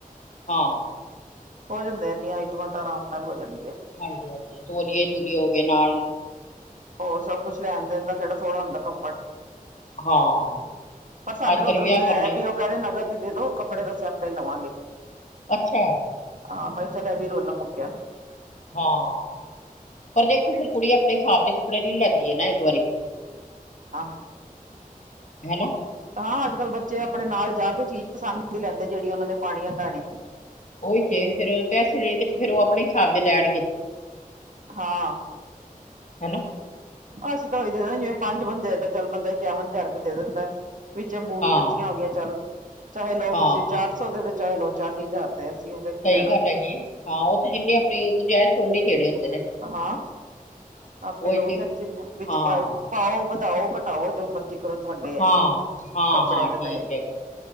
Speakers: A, on the left; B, on the right.
A: ਹਾਂ।
B: ਹੋ ਜਾਂਦੇ ਇੰਨੀਆਂ ਆਈਟਮਾਂ ਤਾਂ ਆਰਾਮ ਨਾਲ ਹੋ ਜਾਂਦੀਆ।
A: ਹਾਂਜੀ-ਹਾਂਜੀ, ਤੋਲੀਏ ਤੂਲੀਏ ਹੋ ਗਏ ਨਾਲ,
B: ਹੋਰ ਸਭ ਕੁਛ ਲੈਣ ਦੇਣ ਦਾ ਕਿਹੜਾ ਥੋੜ੍ਹਾ ਹੁੰਦਾ ਕੱਪੜ
A: ਹਾਂ,
B: ਪਰ ਸਾਡੇ
A: ਅੱਜ
B: ਤਾਂ
A: ਕੱਲ
B: ਉੱਧਰੋਂ
A: ਵਿਆਹ
B: ਸੁਨੇਹਾ
A: ਕਰਨੇ
B: ਆਇਆ ਵੀ ਉਹ ਕਰੇ ਨਗਦ ਹੀ ਦੇ ਦੋ ਕੱਪੜੇ ਤਾ ਅਸੀ ਆਪੇ ਹੀ ਲਵਾਂਗੇ।
A: ਅੱਛਾ।
B: ਆਹ ਮੈਂ ਚਲ ਏ ਵੀ ਰੋਲਾ ਮੁੱਕਿਆ,
A: ਹਾਂ। ਪਰ ਦੇਖੋ ਫਿਰ ਕੁੜੀ ਆਪਣੇ ਹਿਸਾਬ ਦੇ ਕੱਪੜੇ ਲਈ ਲੈਂਦੀ ਆ ਨਾ ਇੱਕ ਵਾਰੀ,
B: ਹਾਂ,
A: ਹੈਨਾ।
B: ਹਾਂ ਅੱਜ ਕੱਲ੍ਹ ਬੱਚੇ ਆਪਣੇ ਨਾਲ ਜਾ ਕੇ ਚੀਜ਼ ਪਸੰਦ ਦੀ ਲੈਂਦੇ ਜਿਹੜੀ ਉਹਨਾਂ ਨੇ ਪਾਣੀ ਹੰਡਾਣੀ।
A: ਉਹੀ ਤੇ ਫੇਰ ਉਹ ਪੈਸੇ ਦੇ ਕੇ ਤੇ ਫੇਰ ਉਹ ਆਪਣੇ ਹਿਸਾਬ ਦੇ ਲੈਣਗੇ।
B: ਹਾਂ,
A: ਹਨਾ
B: ਬਸ ਤਾਂ ਉਹੀ ਦੇ ਦੇ ਜਿਵੇਂ ਪੰਜ ਬੰਦੇ ਚੱਲ ਬੰਦਾ ਇਕਾਵਨ ਹਜ਼ਾਰ ਰੁਪਏ ਦੇ ਦਿੰਦਾ। ਵਿੱਚ ਬੂਟ
A: ਹਾਂ,
B: ਜੁੱਤੀਆਂ ਹੋ ਗਈਆਂ ਚੱਲ, ਚਾਹੇ ਲਓ
A: ਹਾਂ,
B: ਤੁਸੀਂ ਚਾਰ
A: ਹਾਂ।
B: ਸੌ ਦੇ ਤੇ ਚਾਹੇ ਲਓ ਚਾਲੀ ਹਜ਼ਾਰ ਦੇ। ਅਸੀਂ ਉਹ ਕੀ
A: ਸਈ
B: ਲੈਣਾ
A: ਗੱਲ ਹੈਗੀ ਏ। ਹਾਂ ਓ ਤੇ ਜਿੰਨੀ ਆਪਣੀ ਗੁੰਜਾਇਸ਼ ਓਨੇ ਦੇਣੇ ਹੁੰਦੇ ਨੇ।
B: ਹਾਂ, ਆਪੇ
A: ਉਹੀ
B: ਲੋ
A: ਤੇ
B: ਫਿਰ ਜਿਨ ਵਿੱਚ
A: ਹਾਂ।
B: ਪਾਏ। ਪਾਓ, ਵਧਾਓ, ਘਟਾਓ ਜੋ ਮਰਜ਼ੀ ਕਰੋ ਤੁਆਡੇ ਐ
A: ਹਾਂ, ਹਾਂ,
B: ਕੱਪੜਿਆਂ
A: ਹਾਂ
B: ਦੇ
A: ਠੀਕ
B: ਪੈਹੇ,
A: ਹੈਗਾ।